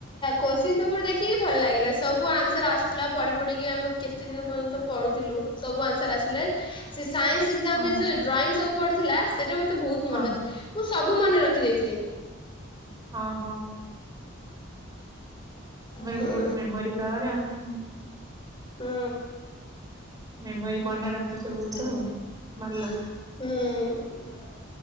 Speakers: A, on the left (about 25°); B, on the right (about 20°).
A: କୋି ପେପର ଦେଖିକି ଭଲ ଲାଗିଲା ସବୁ ଆନ୍ସର ଆସୁଥିଲା ପ ପଢିକି ଆମେ କେତେ ଦିନ ପର୍ଯ୍ୟନ୍ତ ପଢୁଥିଲୁ ସବୁ ଆନ୍ସର ଆସିଲେ ସାଇନ୍ସ ଏକ୍ସଜାମରେ
B: ହଁ
A: ଡ୍ରାଇଂ ସବୁ ପୁଥିଲା ସେଇଟାେ ବହୁତ ମନ
B: ହଁ
A: ଅ ସବୁ ମନେ ରଖି ଦେଇେଇଥିଲି
B: ହଁ ହଁ ତମର
A: ହୁଁ
B: ବହୁତ ମେମୋରି ପାୱାର ଆଉ ହୁଁ
A: ହୁଁ
B: ମେମୋରି ମନେ ରଖୁଛ ବହୁତ ଆଉ
A: ହୁଁ
B: ଭଲ।